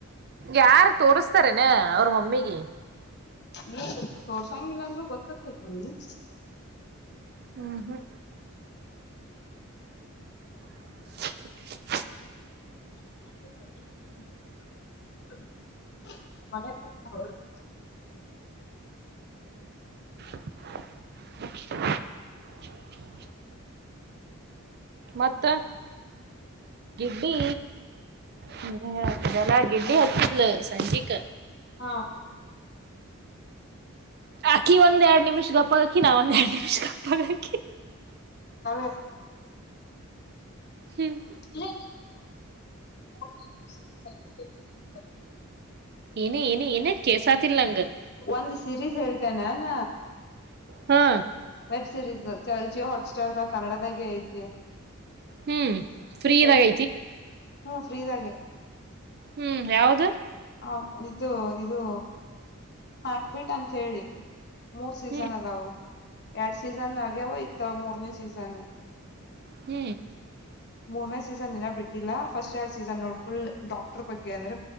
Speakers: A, on the right (about 50°); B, on the left (about 50°).
A: ಯಾರು ತೋರ್ಸ್ತಾರೇನಾ ಅವ್ರ ಮಮ್ಮಿಗೆ.
B: ನೀ ಸ್ವಲ್ಪ ತೋರ್ಸಂಗಿಲ್ಲಾಂದ್ರೂ ಗೊತ್ತಗಾತೈತ್ತಲ್ಲ ಲೇ.
A: ಹ್ಮ್ ಹ್ಮ <inaudible>
B: <inaudible> ಮ <unintelligible>
A: <inaudible> ಮತ್ತ ಗಿಡ್ಡಿ ಹ್ಮದೆಲ್ಲ ಗಿಡ್ಡಿ ಹತ್ತಿದ್ಲು ಸಂಜಿಕ್
B: ಹಾ
A: ಅಕ್ಕಿ ಒಂದೆರಡ್ ನಿಮಿಷ ಗಪ್ಪಾಗಕ್ಕಿ ನಾ ಒಂದ್ ಎರಡ್ ನಿಮಿಷ ಗಪ್ಪಾಗಿ
B: ಹೇ <unintelligible>
A: ಹ್ಮ್ <inaudible>
B: ಇ ಹ <unintelligible>
A: ಏನ ನ ಏನ ಕೇಸಾತಿರ್ಲ್ಲ ಅಂಗಗೆ
B: ಒಂದ್ ಸಿರೀಸ್ ಹೇಳ್ತೇನಾಾನ
A: ಹಾ
B: ವೆಬ್ ಸೀರೀಸ್ ಚಜಿ ಹಾಟ್ ಸ್ಟಾರ್ ಕನ್ನಡದಾಗೆ ಐತಿ
A: ಹ್ಮ್ ಫ್ರೀ
B: ಹೇಳಿ
A: ಇದಾಗ ಐತಿ
B: ಹ್ಮ ಫ್ರೀದಾಗೆ
A: ಹ್ಮ್ ಯಾವ್ದ
B: ಹ ಇದು ಇದು ಹಾರ್ಟಬೀಟ್ ಅಂತ ಹೇಳಿ ಮೂರ್ ಸೀಸನ್
A: ಹ್ಮ್
B: ಅದಾವ ಎರಡ್ ಸೀಸನ್ ಆಗ್ಯವ ಇತ್ತ ಮೂರ್ನೇ ಸೀಸನ್
A: ಹ್ಮ್
B: ಮೂರ್ನೇ ಸೀಸನ್ ಏ ಬಿಟ್ಟಿಲ್ಲ ಫಸ್ಟ್ ಎರಡ್ ಸೀಸನ್ ನೋಡ್ ಫುಲ್ ಡಾಕ್ಟರ್ ಬಗ್ಗೆ ಅಂದ್ರೆ